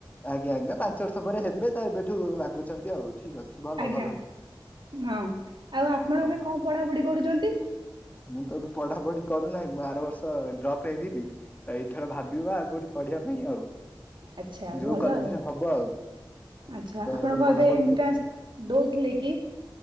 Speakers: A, on the left; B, on the right.
A: ଆଜ୍ଞା ଆଜ୍ଞା ପାଞ୍ଚ ବର୍ଷ ପରେ ହେବେ ତ ଏବେଠୁ ଲାଗୁଛନ୍ତି ଆଉ। ଠିକ ଅଛି ଭଲ
B: ଆଜ୍ଞା
A: ଭଲ
B: ହଁ ଆଉ ଆପଣ
A: ଓହୋ।
B: ଏବେ କଣ ପଢାପଢି କରୁଛନ୍ତି?
A: ମୁଁ ତ ବି ପଢା ପଢି କରୁନାହିଁ ମୁଁ ଆର ବର୍ଷ ଡ୍ରପ ହେଇଦିନି ତ ଏଇଥର ଭାବିବା ଆଉ କୋଉଠି ପଢିବା ପାଇଁ ଆଉ।
B: ଆଛା ଭଲ
A: ଯୋଉ କଲେଜରେ
B: ଆଉ।
A: ହବ ଆଉ
B: ଆଚ୍ଛା
A: ତ
B: ଆପଣ
A: ଏବେ
B: କହିବେ
A: ପଢାପଢି
B: ଏଣ୍ଟ୍ରାନ୍ସ
A: କ
B: ଦଉଥିଲେ କି?